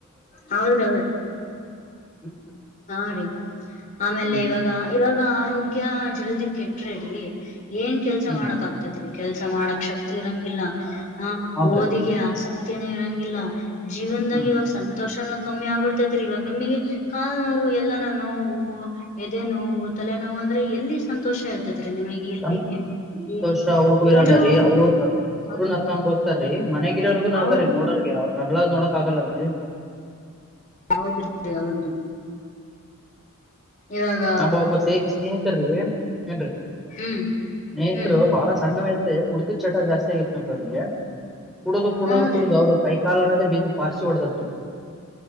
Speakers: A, on the left (about 35°); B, in the centre.
A: ಹೌದ್ರಿ ಹೌದ್ರಿ
B: ಹ್ಮ್
A: ಹಾಂ ರೀ. ಆಮೇಲೆ
B: ಹ್ಮ್
A: ಇವಾಗ ಇವಾಗ ಆರೋಗ್ಯ ಜಲ್ದಿ ಕೆಟ್ರೆ ರೀ ಏನ್ ಕೆಲ್ಸ
B: ಹ್ಮ್
A: ಮಾಡಕ್ ಆಗ್ತೈತಿ. ಕೆಲ್ಸ ಮಾಡಕ್ ಶಕ್ತಿ ಇರಂಗಿಲ್ಲ ಹ
B: ಹೌದ್ರಿ
A: ಓದಿಗೆ ಆಸಕ್ತಿನೆ ಇರಂಗಿಲ್ಲ. ಜೀವನ್ದಾಗ್
B: ಹ್ಮ್
A: ಇವಾಗ್ ಸಂ ತೋಷನು ಕಮ್ಮಿ ಆಗ್ಬಿಡ್ತೈತ್ರಿ ಇವಾಗ್ ನಿಮ್ಗೆ ಕಾಲ್ ನೋವು ಎಲ್ಲಾನ ನೋವು ಎದೆ ನೋವು ತಲೆ ತಲೆ ನೋವು ಅಂದ್ರೆ ಎಲ್ಲಿ ಸಂತೋಷ ಇರ್ತೇತ್ ರೀ ನಿಮಗೆ ಎಲ್ಲಿ?
B: ತಂದೆ ಸಂತೋಷ
A: ಏನ್
B: ಅವ್ರ್ ಗೂ ಇರಲ್ಲ
A: ಏನು
B: ರೀ ಅವರು ಅವರು
A: ಹೌದ್ರಿ
B: ನರ್ಕ ಅನ್ಬೌಸ್ತಾರೀ ಮನೆಗೆ ವರ್ಗು ನರ್ಕಾರಿ
A: ಹೌದ್ರಿ
B: ನೋಡೋರ್ಗೆ ಅವ್ರ್ ನರ್ಳದ್ ನೋಡಕ್ ಆಗಲ್ಲಲ್ರಿ.
A: ಹೌದ್ರಿ ಹೌದ್ರಿ ಇವಾಗ
B: ನಮ್ಬ ಒಬ್ಬ ಸ್ನೇಹ ಸ್ನೇಹಿತರೀ ಏನ್ರಿ
A: ಹ್ಮ್
B: ಸ್ನೇಹಿತರು
A: ಹ್ಮ್
B: ಬಹಳ ಸಣ್ ವಯ್ ರೆ ಕುಡ್ತುದ್ ಚಟ ಜಾಸ್ತಿ ಆಗಿತ್ ನೋಡ್ರಿ ಅವ್ರ್ ಗೆ ಕುಡುದು ಕುಡುದು
A: ಹೌದ್ರಿ
B: ಕುಡುದು ಅವ್ರುಗ್ ಕೈ ಕಾಲ್ ಅನ್ನೋದೆ ಬಿದ್ ಪಾರ್ಸಿ ಹೊಡದತ್ರಿ.